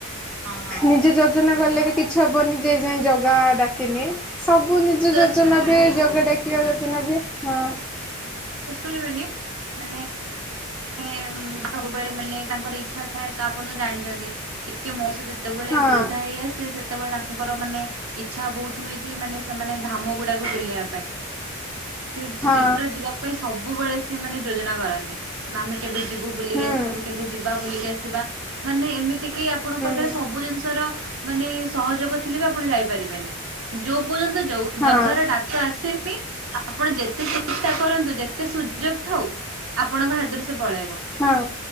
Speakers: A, on the right; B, in the centre.
A: ହଁ
B: ନିଜେ ଯୋଜନା ଗଲେ ବି କିଛି ହବନି ଯେ ଯାଏଁ ଜଗା ଡା ଥିମି ସବୁ
A: ବିଶ୍ଵାସ
B: ନିଜ ଯୋଜନା
A: କରିବେନି
B: ବି ଜଗା ଡାକିବା ଯୋଜନା ବି ହଁ
A: ହୁଁ ହୁଁ ବିଶ୍ୱାସ କରି ବେନି ମାନେ ହଁ ସବୁବେଳେ ମାନେ ତାଙ୍କର ଇଚ୍ଛା ଥାଏ ତ ଆପଣ ତ ଜାଣିଛନ୍ତି ଟିକେ ମଷଧ ଯେତେବେଳେ
B: ହଁ
A: ବୃଦ୍ଧା ହେଇ ଆସେ ସେ ସେତେବେଳେ ତାଙ୍କର ମାନେ ଇଚ୍ଛା ବହୁତ ହୁଏ ଯେ ମାନେ ସେମାନେ ଧାମ ଗୁଡାକୁ ବୁଲେଇବା ପାଇଁ। ସେ
B: ହଁ
A: ଶୀତ୍ର ଯିବା ପାଇଁ ସବୁବେଳେ ସେମାନେ ଯୋଜନା କରନ୍ତି। ନା ଆମେ କେବେ ଯି ବୁଲିକି
B: ହୁଁ
A: ଆସିବୁ କେବେ ଯିବା ବୁଲିକି ଆସିବା। ମାନେ ଏମିତି କିି ଆପଣଙ୍କ ପାଖରେ
B: ହୁଁ
A: ସବୁ ଜିନିଷର ମାନେ ସହଯୋଗ ଥିଲେ ବି ଆପଣ ଯାଇପାରିବେନି। ଯୋଉ ଯେ ପରଯ୳ନ୍ତ ଯୋଉ
B: ହଁ
A: ଜଗାର ଡାକ ଆସିନି ଆପଣ ଯେ ଚେଷ୍ଟା କରନ୍ତୁ ଯେତେ ସୁଯୋଗ ଥାଉ ଆପଣଙ୍କ ହାତରୁ ସେ ପଳେଇ
B: ହଁ